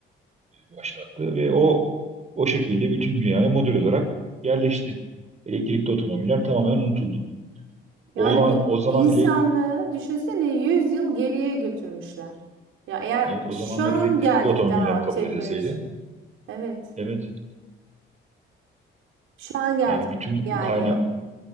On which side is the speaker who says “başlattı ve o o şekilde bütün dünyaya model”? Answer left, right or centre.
Right